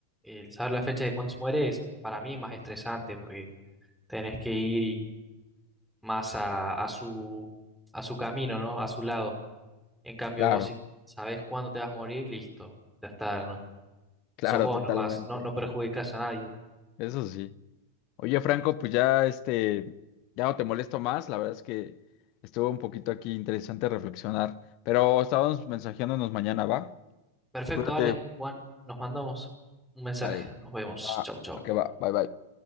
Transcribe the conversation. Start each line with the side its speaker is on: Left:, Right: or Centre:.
Centre: el saber la fecha de cuándo se muere es para mí más estresante porque tenés que ir y- más a, a su, a su camino, ¿no? A su lado. En cambio,
Left: Claro,
Centre: vos si sabés cuándo te vas a morir, listo, ya está, ¿no?
Left: claro,
Centre: Sos vos
Left: totalmente.
Centre: nomás, no, no perjudicás a nadie.
Left: Eso sí. Oye, Franco, pues ya este, ya no te molesto más. La verdad es que estuvo un poquito aquí interesante reflexionar, pero estábamos mensajeándonos mañana, ¿va?
Centre: Perfecto,
Left: Cuídate.
Centre: dale, Juan, nos mandamos un mensaje,
Left: Sale.
Centre: nos vemos,
Left: Va,
Centre: chau, chau.
Left: va que va. Bye bye.